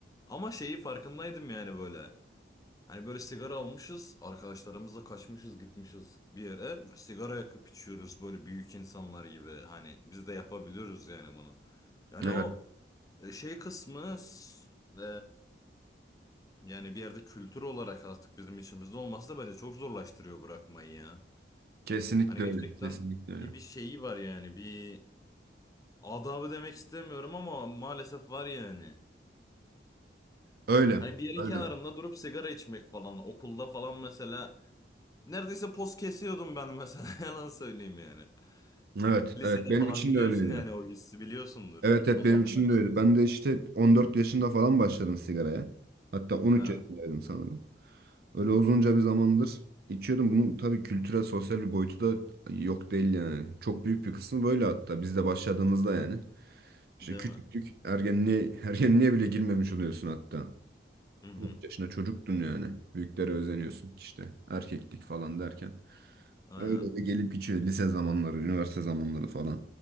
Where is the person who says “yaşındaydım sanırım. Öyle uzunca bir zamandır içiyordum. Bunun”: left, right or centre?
Right